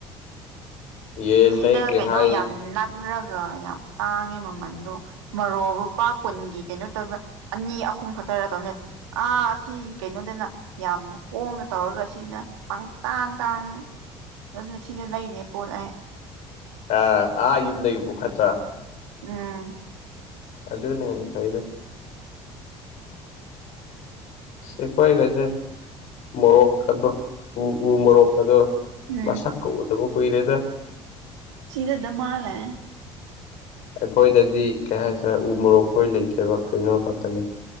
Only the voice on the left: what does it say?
ꯌꯦꯟ
ꯂꯩꯒꯦ
ꯍꯥꯏ
ꯑ ꯑꯥ ꯌꯨꯝꯗ ꯌꯨꯝꯕꯨ ꯈꯠꯆꯥ
ꯑꯗꯨꯗ ꯅꯦꯅ ꯐꯩꯗ ꯁꯤꯦꯈꯋꯥꯏꯒꯦꯁꯦ ꯃꯣꯔꯣꯛ ꯀꯥꯗꯣ ꯎ ꯎ ꯃꯣꯔꯣꯛ ꯀꯗꯣ
ꯃꯁꯛ ꯀ ꯎꯗꯕ ꯀꯨꯏꯔꯦꯗ
ꯑꯩꯈꯣꯏꯗꯗꯤ ꯀꯩ ꯍꯥꯏꯁꯔꯦ ꯎ ꯃꯣꯔꯣꯛꯈꯣꯏ ꯂꯩꯇꯦꯕ ꯀꯩꯅꯣ ꯈꯛꯇꯅꯦ